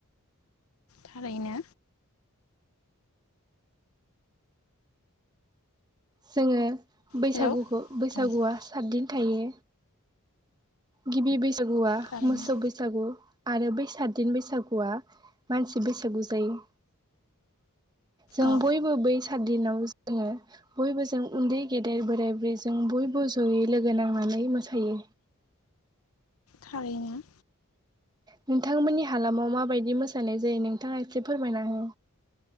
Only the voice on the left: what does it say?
थारैनो।
हेलौ
औ
थारैनो
औ
थारैनो।